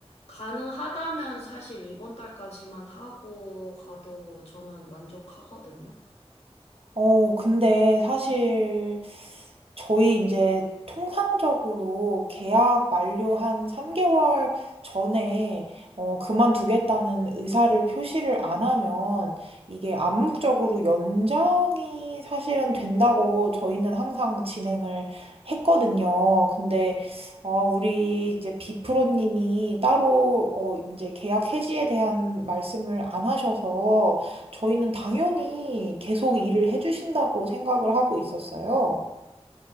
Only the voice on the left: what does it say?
가능하다면 사실 이번 달까지만 하고 가도 저는 만족하거든요.
네.